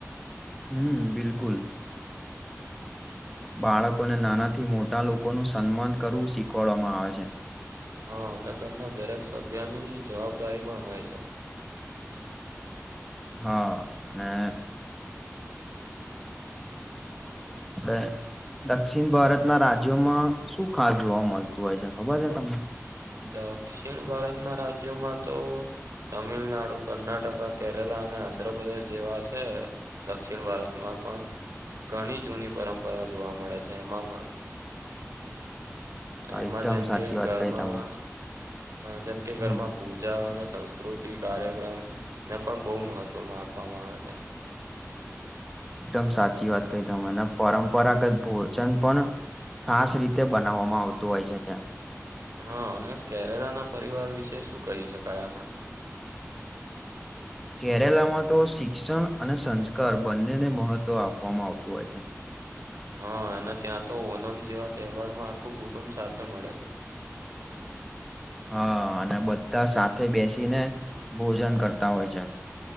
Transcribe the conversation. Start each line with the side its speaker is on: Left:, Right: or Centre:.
Centre: હમ બિલકુલ
Right: <inaudible>
Centre: બાળકોને નાના થી મોટા લોકો નું સન્માન કરવું શીખવાડવામાં આવે છે.
Right: હા અને ઘરના દરેક સભ્યની જવાબદારી પણ હોય છે.
Centre: હા અને આપ દક્ષિણ ભારત ના રાજ્યોમાં શું ખા જોવા મળતું હોય છે ખબર છે તમને
Right: દક્ષિણ ભારતના રાજ્યોમાં તો તમિલનાડુ કર્ણાટકા કેરલા અને આંધ્રપ્રદેશ જેવા છે દક્ષિણ ભારતમાં પણ ઘણી જૂની પરંપરાઓ જોવા મળે છે એમાં પણ
Centre: હા
Right: એમાં
Centre: એકદમ
Right: જેમ
Centre: સાચી
Right: કે
Centre: વાત
Right: ઘરમાં
Centre: કહી તમે
Right: જેમ કે ઘરમાં
Centre: હમ
Right: પૂજા અને સંસ્ સંકૃતિ કાર્યક્રમ ને પણ બહુ મહત્વમાં આપવામાં આવે છે
Centre: એકદમ સાચી વાત કહી તમેને પરંપરાગત ભોજન પણ ખાસ રીતે બનાવવામાં આવતું હોય છે ત્યાં
Right: હા અને કેરેલા ના પરિવાર વિશે શું કહી શકાય આપડ
Centre: કેરેલામાં તો શિક્ષણ અને સંસ્કાર બંનેને મહત્વ આપવામાં આવતું હોય છે
Right: હા અને ત્યાં તો ઓનમ જેવા તહેવાર માં આખું કુટુંબ સાથે મળે છે
Centre: હા અને બધા સાથે બેસીને ભોજન કરતા હોય છે